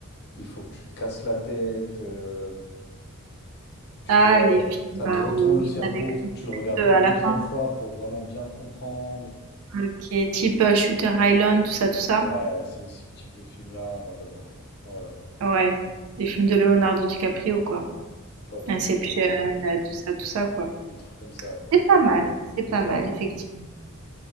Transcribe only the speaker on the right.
Ah,
les films
bah,
où-
avec
eux
à
la fin,
euh, qui est type euh, Shooter Island, tout ça, tout ça.
Ouais, les films de Leonardo DiCaprio, quoi.
Inception,
euh, tout ça, tout ça, quoi.
C'est pas mal, c'est
pas
mal, effectivement.